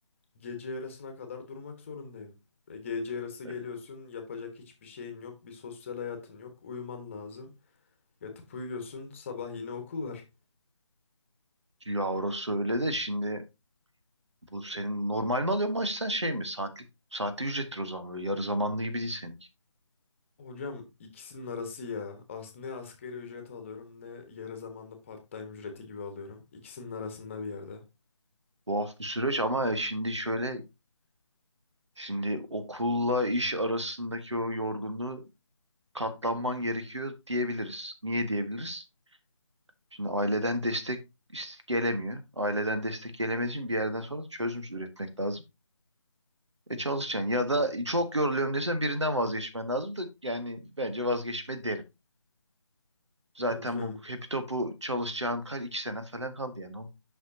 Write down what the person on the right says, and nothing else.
Ee,
Ya orası öyle de şimdi bu senin normal mi alıyorsun maaş sen şey mi? Saatlik saatlik ücrettir o zaman böyle yarı zamanlı gibi değil seninki.
Tuhaf bir süreç ama e, şimdi şöyle şimdi okulla iş arasındaki o yorgunluğu katlanman gerekiyor diyebiliriz. Niye diyebiliriz? Şimdi aileden destek is- gelemiyor. Aileden destek gelemediği için bir yerden sonra çözüm üretmek lazım. E çalışacaksın ya da çok yoruluyorum desen birinden vazgeçmen lazım da yani bence vazgeçme derim. Zaten
bu hepi topu çalışacağın kaç iki sene falan kaldı yani. O,